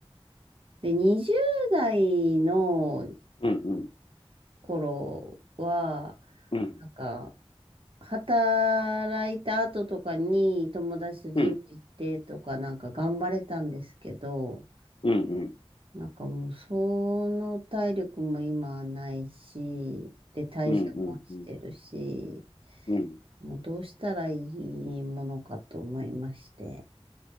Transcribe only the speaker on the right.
で、20代の
頃は、
なんか、働いた後とかに友達とジム行ってとかなんか頑張れたんですけど、
なんかもう、その体力も今はないし、で、代謝も落ちてるし、
もうどうしたらいいものかと思いまして。